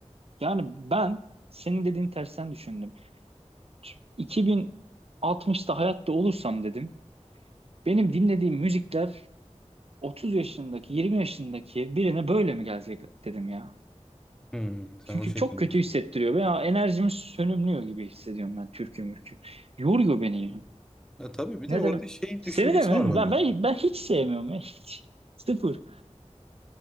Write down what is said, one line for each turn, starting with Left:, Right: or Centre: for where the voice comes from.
Right: yani ben senin dediğin tersten düşündüm. Ç- 2060'ta hayatta olursam dedim. Benim dinlediğim müzikler 30 yaşındaki, 20 yaşındaki birine böyle mi gelecek dedim ya.
Centre: Hı.
Right: Çünkü
Centre: Sen o şekilde
Right: çok kötü
Centre: düşün.
Right: hissettiriyor. Veya enerjim sönümlüyor gibi hissediyorum ben türkü mürkü. Yoruyor beni ya.
Centre: Ya tabii bir
Right: Neden?
Centre: de orada şey
Right: Seni
Centre: düşüncesi
Right: de mi?
Centre: var bende.
Right: Ben, ben, ben hiç sevmiyorum ya. Hiç. Sıfır.